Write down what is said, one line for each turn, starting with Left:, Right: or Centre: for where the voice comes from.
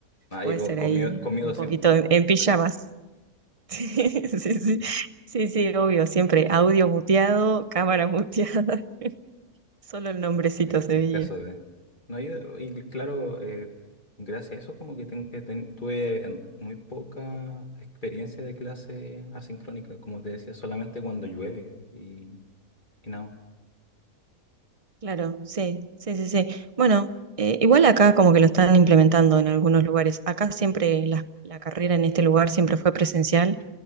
Left: Ah,
Right: puede
Left: ya con,
Right: ser
Left: con
Right: ahí
Left: miedo, con miedo
Right: un
Left: siempre.
Right: poquito en, en
Left: Ah,
Right: pijamas.
Left: está bien.
Right: <laughs> Sí, sí, sí, sí, sí, obvio, siempre audio muteado, cámara muteada, <laughs> solo el nombrecito
Left: En,
Right: se
Left: en
Right: veía.
Left: caso de... No, yo- y claro, eh, gracias a eso como que ten- eh, ten- tuve muy poca experiencia de clase asincrónica, como te decía, solamente cuando llueve y, y nada.
Right: Claro, sí, sí, sí, sí. Bueno, eh, igual acá como que lo están implementando en algunos lugares. Acá siempre la, la carrera en este lugar siempre fue presencial